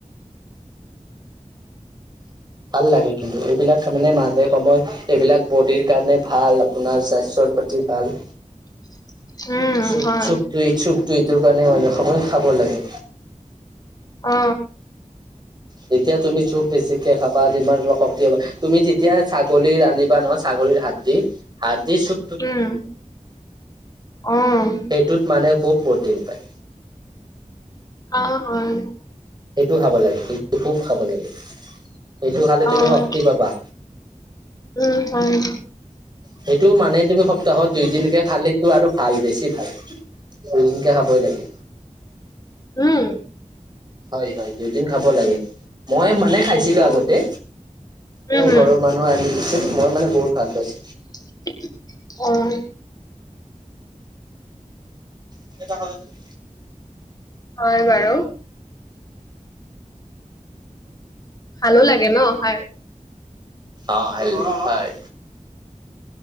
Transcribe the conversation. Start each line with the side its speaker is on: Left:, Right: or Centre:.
Right: ভাল লাগে কিন্তু এইবিলাক তাৰ মানে মাজে সময়ে এইবিলাক বডিৰ কাৰণে ভাল আপোনাৰ স্বাস্থ্যৰ প্ৰতি তি ভাল
Left: <inaudible>
Right: চু
Left: হয়
Right: চুপ চুপটো এইটোকাৰনে মাজে সময়ে খাব লাগে
Left: অ
Right: যেতিয়া তুমি চোপ বেছিকে খাবা তোমাৰ অলপ শক্তি হব তুমি যেতিয়া ছাগলী আনিবা নহয় ছাগলীৰ হাৰ্ডি, হাৰ্ডিৰ চুপ
Left: উম অ'
Right: সেইটোত মানে খুব প্ৰটিন পায়
Left: অ হয়
Right: সেইটো খাব লাগে সেইটো খুব খাব লাগে সেইটো খালে তুমি
Left: অ'
Right: শক্তি পাবা
Left: উম হয়
Right: সেইটো মানে তুমি সপ্তাহত দুইদিনকে খালেতো আৰু ভাল বেছি ভাল দুইদিনকে খাবই লাগে
Left: উম,
Right: হয়, হয়, দুইদিন খাব লাগে, মই মানে খাইছিলো
Left: উম
Right: আগতে, মোৰ
Left: উম, হুম,
Right: ঘৰৰ মানুহ আনি দিছিল, মই মানে বহুত ভাল পাইছো।
Left: <inaudible>
Right: <inaudible>
Left: হয় বাৰু। ভালো লাগে, খাই।
Right: অ, হে হয়।